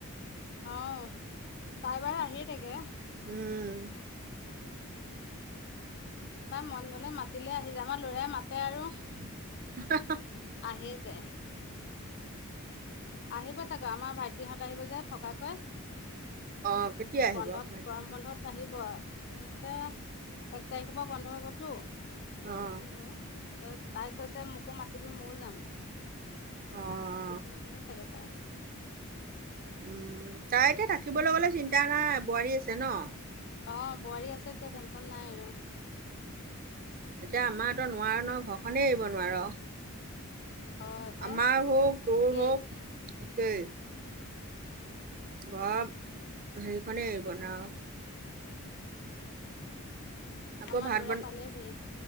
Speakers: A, on the left; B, on the right.
A: অ, তাই বাৰু আহেই থাকে।
B: উম।
A: তাই মন গলে মাতিলে আহি যায়। আামাৰ লৰাই মাতে আৰু।
B: <inaudible>
A: আহিয়েই যায়। আহিব চাগৈ আমাৰ ভাইটিহঁত আহিব যে থকাকৈ।
B: অ', কেতিয়া
A: এই
B: আহিব
A: বন্ধত
B: ভাইটি?
A: গৰম বন্ধত আহিব। এ এতে এক তাৰিখৰ পৰা বন্ধ হ'বতো
B: অ',
A: আহিব। তাই কৈছে, মোকো মাতিবি মইয়ো যাম।
B: অ।
A: তেতিয়া আহিব চাগৈ তাই।
B: উম, তাইক এতিয়া থাকিব কলে চিন্তা নাই। বোৱাৰী আছে ন?
A: অ, বোৱাৰী আছে এতিয়া টেঞ্চন নাই আৰু।
B: এতিয়া আমাৰতো নোৱাৰ ন। ঘৰখনেই এৰিব নোৱাৰ।
A: হয় ভাই
B: আমাৰ
A: মোৰো
B: হওঁক,
A: সেই
B: তোৰ
A: একেই
B: হওঁক একেই।
A: উম‌।
B: ঘৰ হেৰিখনেই এৰিব নোৱাৰো।
A: উম।
B: আকৌ
A: আমাৰ
B: ভাত
A: ল'ৰা
B: বনাই
A: পালেহি